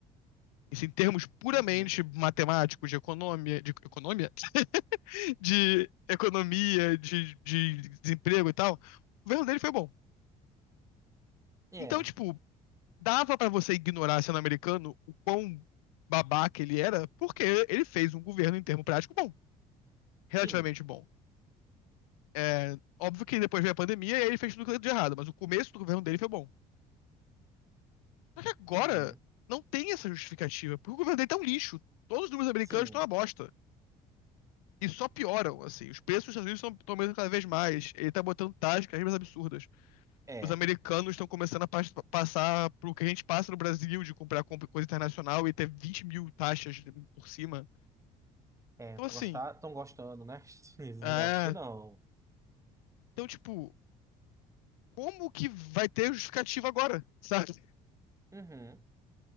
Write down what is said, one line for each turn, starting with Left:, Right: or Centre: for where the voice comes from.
Left: Isso em termos puramente
Right: Uhum.
Left: matemáticos, de economia, de economia, <laughs> de, economia de, de desemprego e tal, o governo dele foi bom.
Right: É.
Left: Então, tipo, dava para você ignorar sendo americano o quão babaca ele era, porque ele fez um governo em termo prático bom, relativamente
Right: Sim.
Left: bom. É, óbvio que depois veio a pandemia e aí ele fez tudo de errado, mas o começo do governo dele foi bom. E agora
Right: Uhum.
Left: não tem essa justificativa, porque o governo dele tá um lixo. Todos os números americanos
Right: Sim.
Left: estão uma bosta. E só pioram, assim. Os preços dos Estados Unidos estão aumentando cada vez mais. Ele tá botando taxas cada vez mais absurdas.
Right: É.
Left: Os americanos estão começando a pas- passar pro que a gente passa no Brasil, de comprar comp- coisa internacional e ter 20 mil taxas por cima.
Right: É.
Left: Então, assim,
Right: Gostar, estão gostando, né? <laughs> Eu
Left: é...
Right: acho que não.
Left: Então, tipo, como que vai ter justificativa agora, sabe?
Right: Uhum.